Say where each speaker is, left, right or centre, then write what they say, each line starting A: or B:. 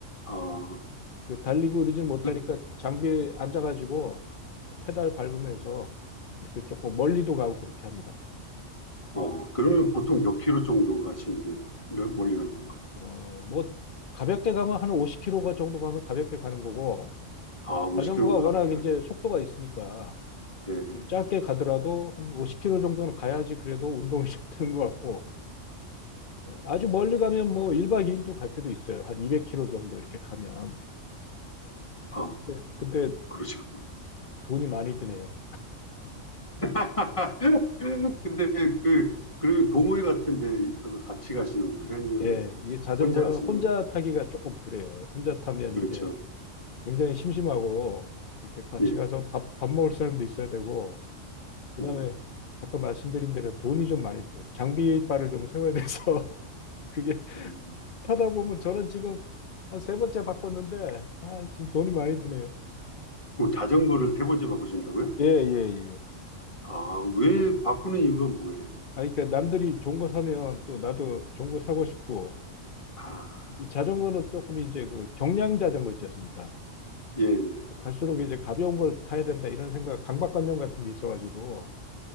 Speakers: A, on the left (about 25°); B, on the left (about 50°).
A: 아,
B: 그 달리고 이러진 못하니까
A: 그,
B: 장비에 앉아가지고 페달 밟으면서 이렇게 조금 멀리도 가고 그렇게 합니다.
A: 어, 그러면 보통 몇 킬로 정도 가시는 게 멀- 멀리 가는 건가요?
B: 어, 뭐 가볍게 가면 한 50km 정도 가면 가볍게 가는 거고
A: 아, 50킬로가
B: 자전거가 워낙
A: 가볍게
B: 이제
A: 하는.
B: 속도가 있으니까
A: 건가요?
B: 좀
A: 네.
B: 짧게 가더라도 한 5 0킬로 정도는 가야지 그래도 운동이 <laughs> 좀 되는 것 같고 예, 아주 멀리 가면 뭐 1박 2일도 갈 때도 있어요. 한 200km 정도 이렇게 가면.
A: 아,
B: 근데, 근데
A: 그러시군요.
B: 돈이 많이 드네요.
A: <laughs> 근데 그, 그러면 동호회 같은 데 이거 같이 가시는 거예요 아니면은
B: 예, 이게 자전거는
A: 혼자 가시는
B: 혼자
A: 건가요?
B: 타기가 조금 그래요. 혼자 타면
A: 그렇죠.
B: 이제 굉장히 심심하고 이렇게 같이
A: 예.
B: 가서 밥, 밥 먹을 사람도 있어야 되고 그다음에
A: 음,
B: 아까 말씀드린 대로 돈이 좀 많이 들어요. 장비빨을 좀 세워야 돼서 <laughs> 그게
A: 음. 음.
B: 타다 보면 저는 지금 한 세 번째 바꿨는데 아, 지금 돈이 많이 드네요.
A: 뭐 자전거를 세 번째 바꾸신다고요?
B: 예, 예, 예.
A: 아, 왜 바꾸는 이유가 뭐예요?
B: 아, 그러니까 남들이 좋은 거 사면 또 나도 좋은 거 사고 싶고
A: 아,
B: 이 자전거는 조금 이제 그 경량 자전거 있지 않습니까?
A: 예, 예.
B: 갈수록 이제 가벼운 걸 타야 된다 이런 생각, 강박관념 같은 게 있어가지고